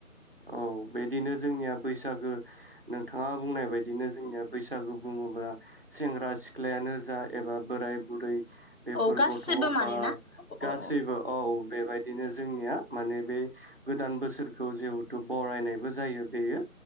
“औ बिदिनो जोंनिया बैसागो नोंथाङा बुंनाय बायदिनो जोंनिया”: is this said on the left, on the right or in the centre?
Right